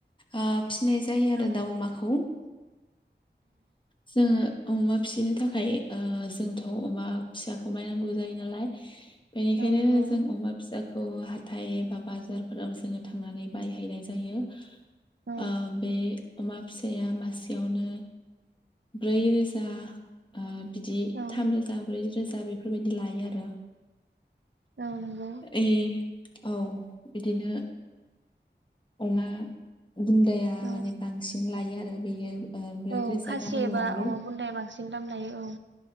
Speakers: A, on the left; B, on the right.
A: ओ फिसिनाय जायो आरो
B: औ
A: दाउ अमाखौ। जोङो अमा फिसिनो थाखाय ओ जोंथ' अमा फिसाखौ बायनांगौ जायो नालाय बेनिखायनो
B: औ नंगौ
A: जों अमा फिसा खौ हाथाय एबा बाजारफोराव जोङो थांनानै बायहैनाय जायो।
B: औ
A: ओ बे अमा फिसाया मासेयावनो ब्रै रोजा ओ बिदि
B: औ
A: थाम रोजा ब्रै रोजा रोजा बेफोर बायदि लायो आरो।
B: औ नंगौ।
A: ओइ औ। बिदिनो अमा बुन्दाया
B: औ
A: माने बांसिन लायो आरो बेयो ओ ब्रै
B: औ
A: रोजा
B: खासि
A: गाहाम
B: एबा
A: लायो
B: अमा बुन्दाया बांसिन दाम लायो। औ